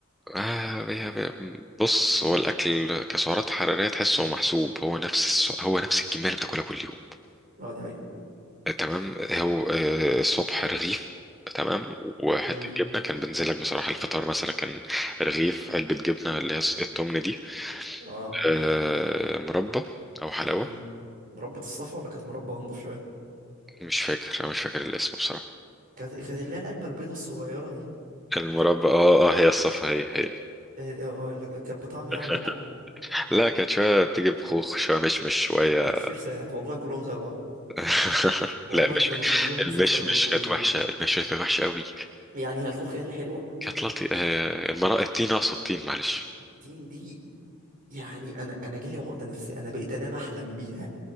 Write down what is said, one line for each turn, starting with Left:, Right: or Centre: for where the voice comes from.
Centre: آه بي بي بص هو الأكل كسعرات حرارية تحسه محسوب هو نفس الس- هو نفس الكمية اللي بتاكلها كل يوم
Right: اه دي حقيقة
Centre: آه، تمام هو آه، الصبح رغيف تمام وحتة
Right: امم
Centre: جبنة كان بنزلك بصراحة الفطار مثلا كان رغيف علبة جبنة اللي هي التمن دي
Right: اه
Centre: آه مربى أو حلاوة
Right: امم مربى الصفا ولا كانت مربى انضف شوية
Centre: مش فاكر أنا مش فاكر الاسم بصراحة
Right: كانت كانت اللي هي العلبة البيضة الصغيرة دي
Centre: المربى اه اه هي الصفا هي هي
Right: اه، اه، اللي كانت بطعم ايه
Centre: <laughs>
Right: عندكم
Centre: لا كانت شوية بتيجي بخوخ شوية مشمش شوية
Right: تكفير ساعات والله كلهم زي بعض
Centre: <laughs>
Right: والله
Centre: لا مش
Right: كانوا كلهم
Centre: المشمش
Right: سكر جلوكوز
Centre: كانت وحشة المشمش كانت وحشة قوي
Right: يعني هي الخوخ هي اللي حلوة
Centre: كانت لطي آه، المرأة التين أقصد التين معلش
Right: تين دي يعني انا انا جالي عقدة نفسية انا بقيت انام احلم بيها